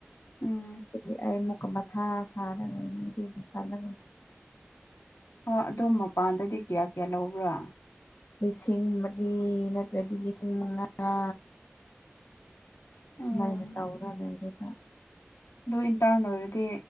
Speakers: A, on the left (about 90°); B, on the left (about 55°).
A: ꯎꯝ
B: ꯑꯗꯒꯤ ꯑꯩ ꯑꯃꯨꯛꯀ ꯃꯊꯥ ꯁꯥꯔ ꯂꯩꯅꯤꯗꯨꯒꯤ ꯈꯜꯂꯒ
A: ꯍꯣꯏ ꯑꯗꯣꯝ ꯃꯄꯥꯟꯗꯗꯤ ꯀꯌꯥ ꯀꯌꯥ ꯂꯧꯕ꯭ꯔꯥ
B: ꯂꯤꯁꯤꯡ ꯃꯔꯤ ꯅꯠꯇ꯭ꯔꯗꯤ ꯂꯤꯁꯤꯡ ꯃꯉꯥ
A: ꯎꯝ
B: ꯁꯨꯃꯥꯏꯅ ꯇꯧꯔ ꯂꯩꯔꯤꯕ
A: ꯑꯗꯨ ꯏꯟꯇꯔꯟ ꯑꯣꯏꯔꯗꯤ